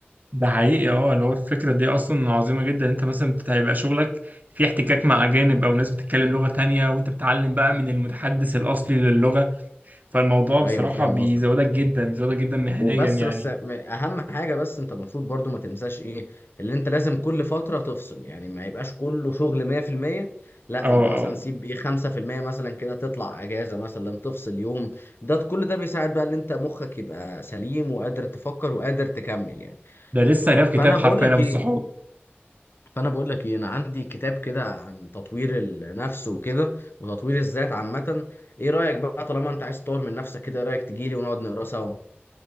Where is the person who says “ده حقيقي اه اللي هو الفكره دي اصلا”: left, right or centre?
Right